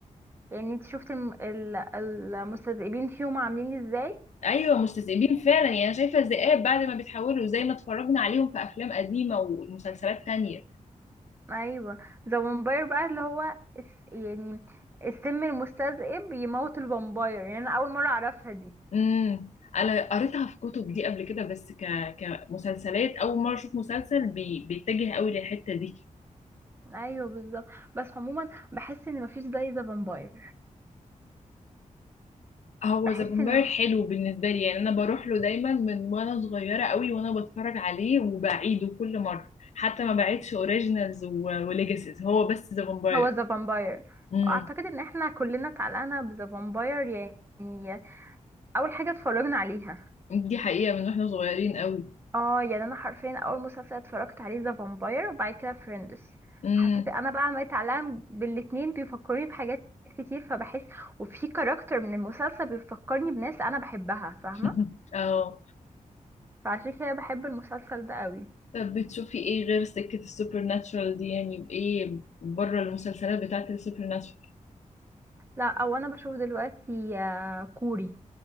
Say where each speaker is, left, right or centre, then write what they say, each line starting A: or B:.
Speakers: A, on the right (about 15°); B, on the left (about 60°).
A: يعني انت شفت الم- ال- المستذئبين فيهم عاملين ازاي
B: ايوه مستذئبين فعلا يعني انا شايفه الذئاب بعد ما بيتحولوا زي ما اتفرجنا عليهم في افلام قديمه ومسلسلات تانية
A: ايوه ذا وامباير بقى اللي هو الس- يعني السم المستذئب يموت الفامباير يعني انا اول مره اعرفها دي
B: امم انا قريتها في كتب دي قبل كده بس ك... كمسلسلات اول مره اشوف مسلسل بي... بيتجه قوي للحته دي
A: ايوه بالظبط بس عموما بحس ان مفيش زي ذا فامباير
B: هو
A: بحس
B: ذا فامباير
A: ان
B: حلو بالنسبه لي يعني انا بروح له دايما من وانا صغيره قوي وانا بتفرج عليه وبعيده كل مره حتى ما بعيدش اوريجينالز وليجاسيز هو بس ذا فامباير
A: هو ذا فامباير
B: امم
A: واعتقد ان احنا كلنا اتعلقنا بذا فامباير يعني اول حاجه اتفرجنا عليها
B: دي حقيقه من واحنا صغيرين قوي
A: اه يعني انا حرفيا اول مسلسل اتفرجت عليه ذا فامباير وبعد كده فريندس
B: امم
A: حسيت انا بقى عملت علام بالاتنين بيفكرني بحاجات كتير فبحس وفي كاركتر من المسلسل بيفكرني بناس انا بحبها فاهمه
B: <laughs> اه
A: فعشان كده بحب المسلسل ده قوي
B: طب بتشوفي ايه غير سكه السوبر ناتشورال دي يعني ايه بره المسلسلات بتاعت السوبر ناتشورال
A: لا او انا بشوف دلوقتي آه، كوري